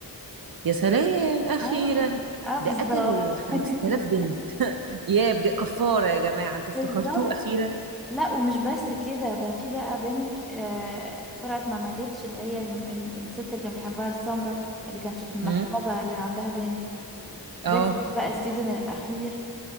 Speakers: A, on the right; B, in the centre.
A: يا سلام اخيرا
B: اه اه بالظبط
A: ده قتل 5000
B: <laughs>
A: بنت يا بج... كفارة يا جماعة انتوا
B: بالظبط
A: افتكرتوه اخيرا؟
B: لا ومش بس كده ده في بقى بنت آه طلعت ما ماتتش اللي هي ال- ال- الست اللي كان بيحبها السمرة اللي كانت في المكتبة
A: مم.
B: اللي عندها بنت
A: اه
B: رجعت بقى السيزون الأخير